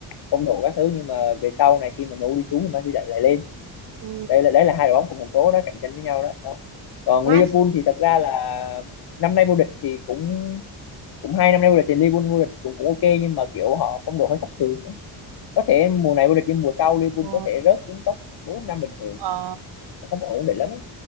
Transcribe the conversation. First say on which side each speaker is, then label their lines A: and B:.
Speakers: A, on the left; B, on the right.
A: phong độ các thứ nhưng mà về sau này khi mà MU đi xuống thì Man City lại, lại lên
B: Ừ.
A: đây là đấy là hai đội bóng cùng thành phố đó cạnh tranh với nhau đó, đó. còn
B: Man
A: Liverpool thì thật ra là năm nay vô địch thì cũng cũng hai năm nay vô địch thì Liverpool vô địch cũng cũng ok nhưng mà kiểu họ phong độ hơi thất thường nữa có thể mùa này vô địch nhưng mùa sau Liverpool
B: ờ,
A: có thể rớt xuống top bốn năm bình thường
B: ờ,
A: nó không có ổn định lắm á.